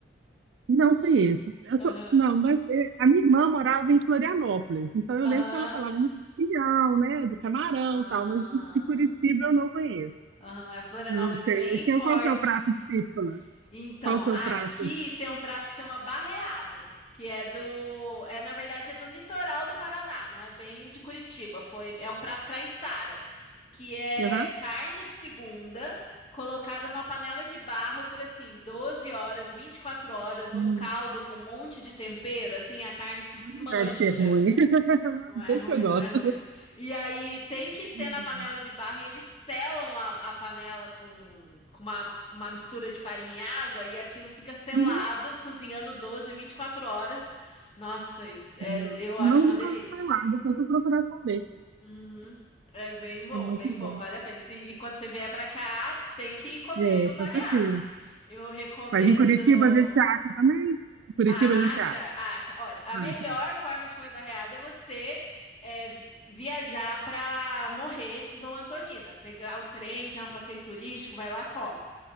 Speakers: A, on the right (about 75°); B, on the left (about 35°).
A: Não foi isso. Eu
B: Aham.
A: sou- não, mas é, a minha irmã morava em Florianópolis, então eu
B: Aham.
A: lembro que ela falava muito do pinhão, né, do camarão
B: Ah,
A: e tal, mas de Curitiba eu não conheço.
B: aham. É, Florianópolis
A: Não
B: é
A: sei.
B: bem
A: Então,
B: forte.
A: Qual que é o prato de lá?
B: Então,
A: Qual que é
B: aqui
A: o prato?
B: tem um prato que chama barreado, que é do, é na verdade é do litoral do Paraná, não é bem de Curitiba. Foi, é um prato craiçara, que é
A: Aham.
B: carne de segunda colocada numa panela de barro por assim 12 horas, 24 horas num
A: Hum,
B: caldo com um monte de tempero, assim a carne se desmancha.
A: não deve ser ruim. <laughs>
B: Não é
A: Deixa
B: ruim,
A: eu gosto.
B: não é ruim. E aí tem que ser
A: Hum.
B: na panela de barro e eles selam a, a panela com, com uma, uma mistura de farinha e água e aquilo fica selado,
A: Uhum.
B: cozinhando doze, vinte e quatro horas. Nossa, e- é,
A: Eu
B: eu acho
A: não
B: uma
A: nunca
B: delícia.
A: ouvi falar, depois eu procurar saber.
B: Uhum. É bem bom,
A: É muito
B: bem
A: bom.
B: bom, vale a pena. Se- e quando você vier pra cá, tem que comer
A: É,
B: o barreado.
A: com certeza.
B: Eu recomendo.
A: Mas em Curitiba a gente acha também? Em Curitiba
B: Acha,
A: a gente acha.
B: acha. Olha, a
A: Ah,
B: melhor
A: tá.
B: forma de comer barreada é você é, vi- viajar para Morretes ou Antonina. Pegar o trem, já é um passeio turístico, vai lá, come.